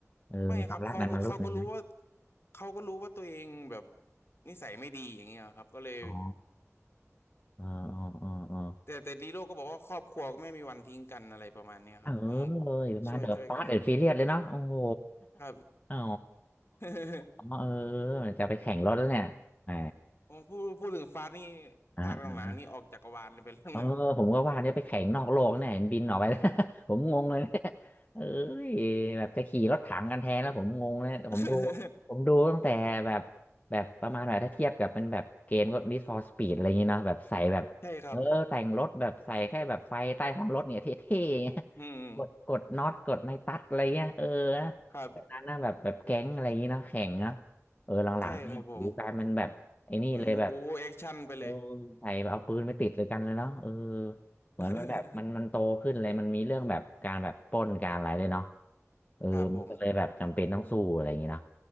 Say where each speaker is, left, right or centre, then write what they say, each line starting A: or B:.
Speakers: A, on the left (about 30°); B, on the left (about 50°).
A: เออมีความรักนั้นมารุดในไหม
B: ไม่ครับเขาก็เขาก็รู้ว่าเขาก็รู้ว่าตัวเองแบบนิสัยไม่ดีอย่างเงี้ยครับก็เลย
A: อ๋อเออเออเออเออ
B: แต่แต่ลีโร่ก็บอกว่าครอบครัวก็ไม่มีวันทิ้งกันอะไรประมาณเนี้ยครับต้อง
A: เออเอยประมาณเดอะฟาสต์แอนด์ฟิเลียสเลยเนาะโอ้โห
B: ช่วยช่วยกันครับ
A: อ๋อ
B: <laughs>
A: อ๋อเออจะไปแข่งรถแล้วเนี่ยแหม
B: ผมพูดพูดถึงฟาสนี่
A: อ่า
B: ภาคหลังๆนี่ออกจักรวาลเลยไปแล้ร่งนึ่ง
A: เออผมก็ว่าเนี่ยไปแข่งนอกโลกเนี่ยเห็นบินออกไป <laughs> ผมงงเลย <laughs> เนี่ยเอ้ยแบบจะขี่รถถังกันแทนแล้วผมงงเลยผมดู
B: <laughs>
A: ผมดูตั้งแต่แบบแบบประมาณแบบถ้าเทียบกับเป็นแบบเกมก็ Need for Speed อะไรอย่างเงี้เนาะแบบใส่แบบเออแต่งรถแบบใส่แค่แบบไฟใต้ท้องรถเนี่ยเท่ๆเงี้ย
B: ใช่ครับ
A: <laughs>
B: อืม
A: กดกดน็อตกดในตัดอะไรเงี้ยเออนะแบบนั้นนะแบบแบบแก๊งอะไรอย่างเงี้เนาะแข่งเนาะ
B: ครับ
A: เออหลังๆนี่โอ้โหกลายเป็นแบบไอ้นี่เลยแบบ
B: ใช่ครับผมมันบู๊แอคชั่นไปเลย
A: เออใส่เอาปืนไปติดเลยกันเลยเนาะเออเหมือนมันแบบมันมันโตขึ้นเลยมันมีเรื่องแบบการแบบปล้นการอะไรด้วยเนาะ
B: <laughs>
A: เออมันก็เลยแบบจำเป็นต้องสู้อะไรอย่างงี้เนาะ
B: ครับผม